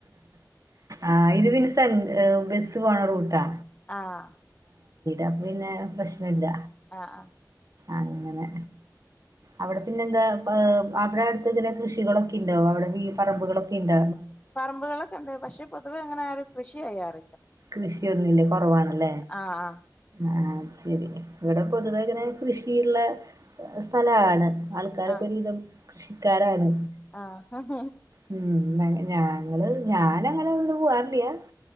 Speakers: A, on the right (about 50°); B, on the left (about 20°).
A: ആഹ് ഇത് പിന് സെ ബി ത്ത് പോണ റൂട്ടാ
B: ആഹ്
A: അപ്പ പിന്നെ പ്രശ്നം ഇല്ല
B: ആഹ് ആഹ്
A: അങ്ങനെ അവിടെ പിന്നെ എന്താ അവിടെ അടുത്ത് ഇങ്ങനെ കൃഷികളൊക്കെ ഉണ്ടോ അവിടെ ഈ പറമ്പുകളും പിന്ന
B: പറമ്പുകളൊക്കെ ഉണ്ട് പക്ഷെ പൊതുവെ അങ്ങനെ ആ ഒരു കൃഷിയായിാറ
A: കൃഷിയൊന്നുല്ലേ കുറവാണല്ലേ
B: ആഹ്
A: ആഹ ശരി ഇവിടെ പൊതുവേഖനെ കൃഷിയുള്ള സ്ഥലമാണ് ആൾക്കാരൊക്കെൊ
B: ആഹ്
A: ഒരു വിതം കൃഷിക്കാരാണ്
B: ആഹ് ആഹ
A: ഉം ഞങ്ങള് ഞാനങ്ങനെ ഒ പോവാറില്ലാ